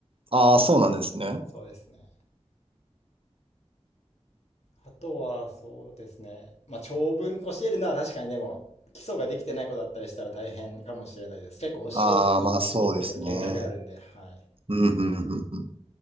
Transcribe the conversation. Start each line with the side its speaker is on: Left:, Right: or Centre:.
Right: ああ、そうなんですね。
Left: そうですね。あとは、そうですね。まあ、長文教えるのは確かにでも、基礎ができてない子だったりしたら大変かもしれないです。結構教えるって言っても限界があるんで、
Right: ああー、まあそうですね。
Left: はい。
Right: うんうんうんうん